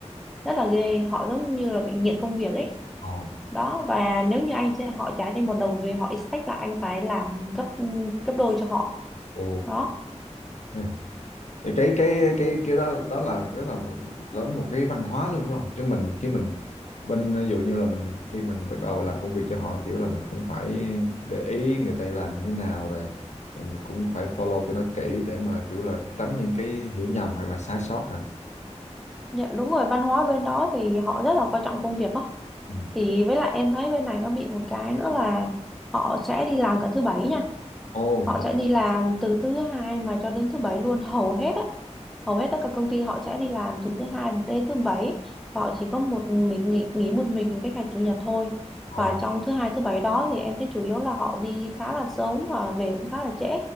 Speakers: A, in the centre; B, on the left (about 75°).
A: rất là ghê họ giống như là bị nghiện công việc ấy
B: Ồ.
A: đó và nếu như anh sẽ họ trả cho anh một đồng thì họ expect là anh phải làm gấp gấp đôi cho họ
B: Ồ.
A: đó
B: <laughs> thì cái cái cái kiểu đó đó là đó là đó là một cái văn hóa luôn đúng không chứ mình khi mình bên ví dụ như là mình khi mình bắt đầu làm công việc cho họ kiểu là mình cũng phải để ý người ta làm như thế nào rồi, rồi mình cũng phải follow cho nó kỹ để mà kiểu là tránh những cái hiểu nhầm hoặc là sai sót hả
A: Dạ, đúng rồi văn hóa bên đó thì họ rất là coi trọng công việc đó
B: Ừ.
A: thì với lại em thấy bên này nó bị một cái nữa là họ sẽ đi làm cả thứ bảy nha
B: ồ
A: họ
B: vậy
A: sẽ đi làm từ thứ hai mà cho đến thứ bảy luôn hầu hết á hầu hết tất cả công ty họ sẽ đi làm từ thứ hai đến thứ bảy và họ chỉ có một mình nghỉ, nghỉ một mình cái ngày chủ nhật thôi
B: ờ
A: và trong thứ hai thứ bảy đó thì em thấy chủ yếu là họ đi khá là sớm và về cũng khá là trễ